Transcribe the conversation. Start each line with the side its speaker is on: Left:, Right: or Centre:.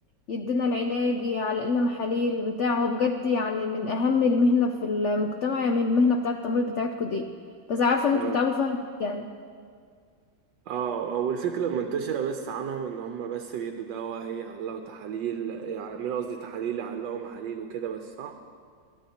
Left: يدينا العلاج يعلق لنا محاليل بتاع هو بجد يعني من اهم المهنة في المجتمع من المهنة بتاعة التمريض بتاعتكم دي بس عارفة ان
Right: اه
Left: انتوا بتتعبوا فيها جدا
Right: اه أول فكرة منتشرة بس عنهم إن هم بس بيدوا دواء إيه، يعلقوا تحاليل يعملوا قصدي تحاليل يعلقوا محاليل وكده بس صح